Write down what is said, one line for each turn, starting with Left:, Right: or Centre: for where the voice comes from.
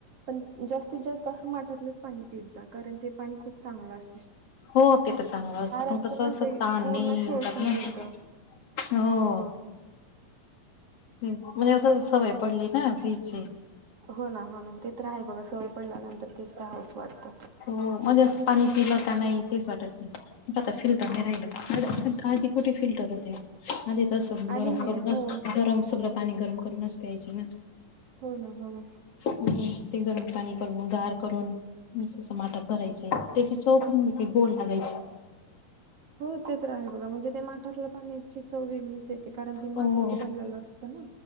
Right: पण जास्तीत जास्त असं माठातलंच पाणी पीत जा, कारण ते पाणी खूप चांगलं असत.
Left: हो ते तर चांगल असतं. पण
Right: असताना
Left: कसं अस,
Right: ते
Left: तहान
Right: पूर्ण
Left: नाही
Right: शोषून
Left: जात ना.
Right: घेतं.
Left: हो. म्हणजे असं सवय पडली ना फ्रिजची.
Right: हो ना हो ना. ते तर आहे बघा सवय पडल्यानंतर तेच प्यावस वाटत.
Left: हो. म्हणजे पाणी पिलं का नाही तेच वाटत नाही. आता फिल्टर
Right: हो
Left: नाही
Right: ना.
Left: राहिलं. आ -आधी कुठे फिल्टर होते. आधी तसं
Right: आधी
Left: गरम
Right: नाही
Left: करूनच,
Right: हो
Left: गरम सगळं पाणी गरम करूनच प्यायच ना.
Right: हो ना, हो ना.
Left: आणि ते गरम पाणी करून, गार करून. म अस माटात भरायचे. त्याची चव पण गोड लागायची.
Right: हो ते तर आहे बघा. म्हणजे ते माठातल्या पाण्याची चव वेगळीच येते, कारण ते
Left: हो
Right: मातीच बनलेलं अस क ना